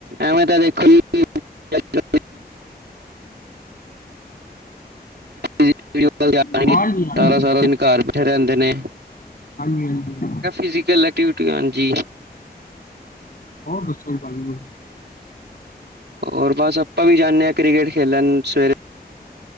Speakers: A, on the right (about 75°); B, on the left (about 55°).
A: ਐੈਂਵੇਂ ਤਾਂ ਦੇਖੋ ਜੀ <inaudible> <unintelligible>
B: ਆਵਾਜ਼ ਨਹੀਂ ਆ
A: ਸਾਰਾ-ਸਾਰਾ
B: ਰਹੀ
A: ਦਿਨ ਘਰ ਬੈਠੇ ਰੈਂਦੇ ਨੇ।
B: ਹਾਂਜੀ- ਹਾਂਜੀ।
A: ਫਿਜੀਕਲ, ਐਕੀਵਿਟੀ ਹਾਂਜੀ।
B: ਹੋਰ ਦੱਸੋ ਜੀ, ਭਾਜੀ।
A: ਹੋਰ ਬਸ, ਆਪਾਂ ਵੀ ਜਾਂਨੇ ਆਂ। ਕ੍ਰਿਕਟ ਖੇਲਣ ਸਵੇਰੇ।